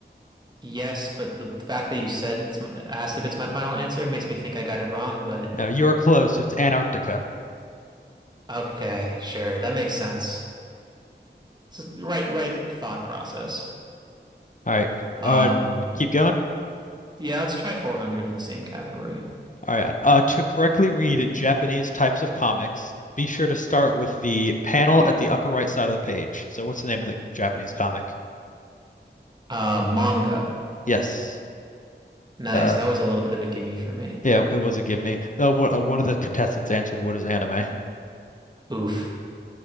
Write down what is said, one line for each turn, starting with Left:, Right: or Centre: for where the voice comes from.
Right: Yes, but the fact that you said it's asked if it's my final answer makes me think I got it wrong, but
Left: Yeah, you are close. It's Antarctica.
Right: okay, sure. That makes sense. It's just right right thought process.
Left: All right.
Right: Um
Left: Uh, keep going.
Right: yeah, let's try 400 in the same category.
Left: All right. Uh, to correctly read Japanese types of comics, be sure to start with the panel at the upper right side of the page. So, what's the name of the Japanese comic?
Right: Uh manga.
Left: Yes.
Right: Nice.
Left: Uh,
Right: That was a little bit of a gimme for me.
Left: yeah, it was a give me. Uh, one, uh, one of the contestants answered, "What is anime?" I
Right: Oof.